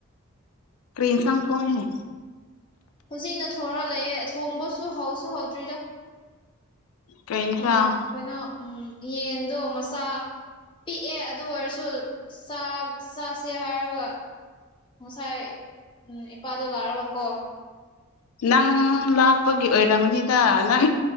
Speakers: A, on the left; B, on the left.
A: ꯀꯔꯤ ꯏꯟꯁꯥꯡ ꯊꯣꯡꯉꯦ
B: ꯍꯧꯖꯤꯛꯅ ꯊꯣꯡꯔ ꯂꯩꯑꯦ ꯊꯣꯡꯕꯁꯨ ꯍꯧꯎꯁꯨ ꯍꯧꯗ꯭ꯔꯤꯗ
A: ꯀꯩ ꯁꯥꯡ
B: ꯑ ꯀꯩꯅꯣ ꯎꯝ ꯌꯦꯟꯗꯣ ꯃꯆꯥ ꯄꯤꯛꯑꯦ ꯑꯗꯨ ꯑꯣꯏꯔꯁꯨ ꯆꯥꯛ ꯆꯥꯁꯦ ꯍꯥꯏꯔꯒ ꯉꯁꯥꯏ ꯎꯝ ꯏꯄꯥꯗꯣ ꯂꯥꯛꯑꯒꯀꯣ
A: ꯅꯪ ꯂꯥꯛꯄꯒꯤ ꯑꯣꯏꯔꯝꯒꯅꯤꯗ ꯅꯪ